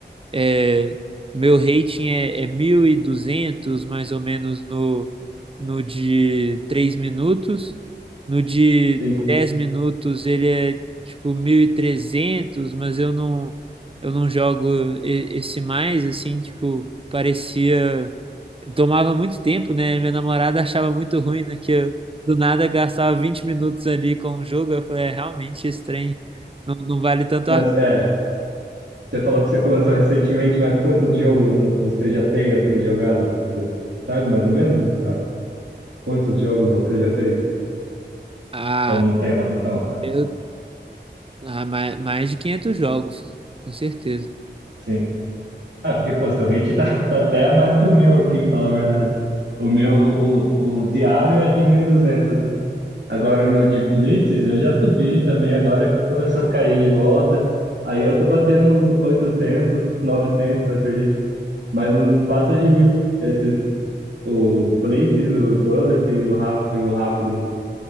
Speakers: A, on the right; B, on the right.
A: é, meu rating é, é 1.200 mais ou menos, no, no de 3 minutos. No de
B: sim.
A: 10 minutos ele é tipo 1.300 mas eu não, eu não jogo e- esse mais, assim, tipo, parecia... Tomava muito tempo, né? Minha namorada achava muito ruim, né? Que eu, do nada, gastava 20 minutos ali com o jogo. Eu falei, é, realmente, esse trem não, não vale tanto
B: Mas,
A: a...
B: é, Você falou que você começou recentemente, mas quantos jogos você já tem assim jogado? Você sabe mais ou menos ah, quantos jogos você já fez?
A: Ah,
B: Ou não tem uma noção? Ah,
A: eu Ah, mais, mais de 500 jogos, com certeza.
B: sim. Ah, porque pô, seu rate tá, <laughs> tá até mais que o meu aqui, falar a verdade. O meu, o, o diário é de 1.200. Agora o meu de Blitz eu já subi também, agora começou a cair de volta. Aí eu tô batendo uns 800, 900, eu acredito. Mas não passa de mil esses O Blitz, o Bullet e o Rápido, e o rápido.